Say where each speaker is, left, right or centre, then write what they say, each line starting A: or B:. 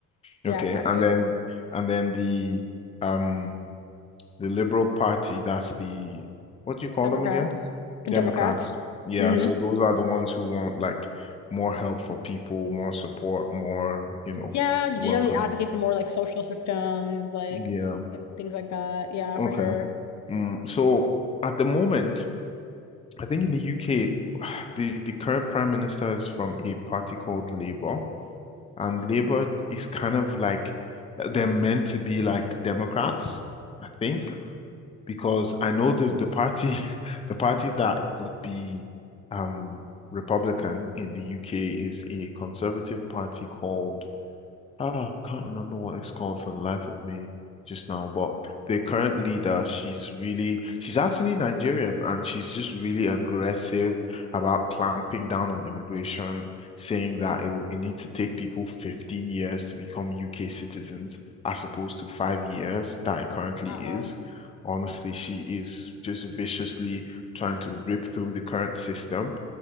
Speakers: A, on the left; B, on the left.
A: Yeah,
B: Okay,
A: exactly.
B: and then and then the um the Liberal Party, that's the what do you call
A: Democrats,
B: them again?
A: the Democrats.
B: Democrats. Yeah,
A: hmm
B: so those are the ones who want like more help for people, more support, more, you know,
A: Yeah, generally
B: welcoming.
A: advocate for more like social systems, like
B: Yeah.
A: and things like that. Yeah,
B: Okay.
A: for sure.
B: Mm, so at the moment, I think in the UK, <sighs> the the current prime minister is from a party called Labour, and
A: hmm
B: Labour is kind of like they're meant to be like Democrats, I think,
A: hmm
B: because I know the the party <laughs> the party that would be um Republican in the UK is a conservative party called Ah, can't remember what it's called for the life of me just now, but the current leader, she's really, she's actually Nigerian and she's just really aggressive about clamping down on immigration, saying that it will, it needs to take people 15 years to become UK citizens as opposed to five years that it currently
A: Wow.
B: is. Honestly, she is just viciously trying to rip through the current system.